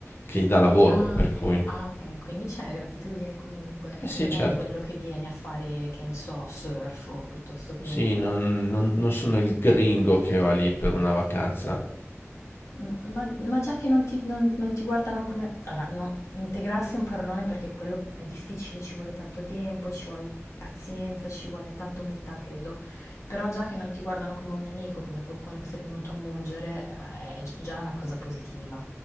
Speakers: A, on the left; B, on the left.
A: che gli dà lavoro,
B: Ah
A: per
B: ok,
A: cui... Eh
B: ah, ok, quindi c'è gratitudine comunque,
A: sì,
B: non
A: certo.
B: è quello che viene a fare, che ne so, surf o piuttosto che
A: Sì, non, non- non sono il gringo che va lì per una vacanza.
B: M- Ma, ma già che non ti, non- non ti guardano come... Allora, non- integrarsi è un parolone perché quello è difficile, ci vuole tanto tempo, ci vuole pazienza, ci vuole tanta umiltà, credo. Però già che non ti guardano come un nemico, come qualcuno che sei venuto a mungere, eh, è gi- già una cosa positiva.